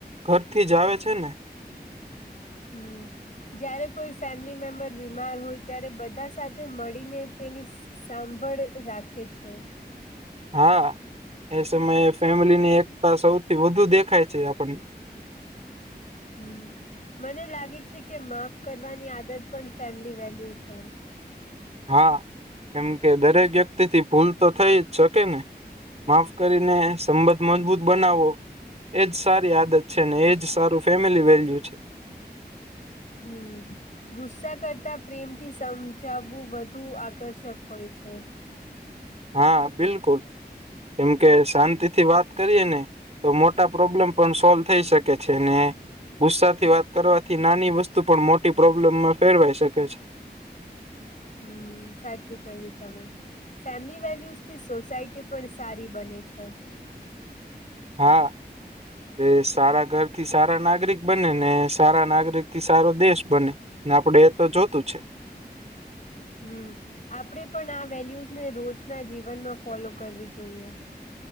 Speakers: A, on the right (about 40°); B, on the left (about 45°).
A: ઘરથી જ આવે છે ને.
B: હમ જયારે કોઈ ફેમિલી મેમ્બર બીમાર હોય ત્યારે બધા સાથે મળીને. તેની સાંભળ રાખે છે.
A: હા એ સમયે ફેમિલી ની એકતા સૌથી વધુ દેખાય છે આપણને
B: હમ મને લાગે છે કે માફ કરવાની આદત પણ ફેમિલી વેલ્યુ છે.
A: હા કેમ કે દરેક વ્યક્તિ થી ભૂલ તો થઈ જ શકે ને. માફ કરીને સંબંધ મજબૂત બનાવો. એજ સારી આદત છે ને એજ સારું ફેમિલી વેલ્યુ છે.
B: હમ. ગુસ્સા કરતા પ્રેમથી સમજાવવું વધુ આકર્ષક હોય છે.
A: હા બિલકુલ કેમ કે શાંતિથી વાત કરીએ ને તો મોટા પ્રોબ્લેમ પણ સોલ્વ થઈ શકે છે, ને ગુસ્સાથી વાત કરવાથી નાની વસ્તુ પણ મોટી પ્રોબ્લેમમાં ફેરવાઈ શકે છે.
B: હમ સાચું કહ્યું તમે ફેમિલી વેલ્યુઝથી સોસાયટી પણ સારી બને છે.
A: હા. એ સારા ઘર થી સારા નાગરિક બને ને સારા નાગરિક થી સારો દેશ બને. ને આપડે એ તો જોતું છે.
B: હમ આપડે પણ આ વેલ્યુઝને રોજના જીવનમાં ફોલો કરવી જોઈએ.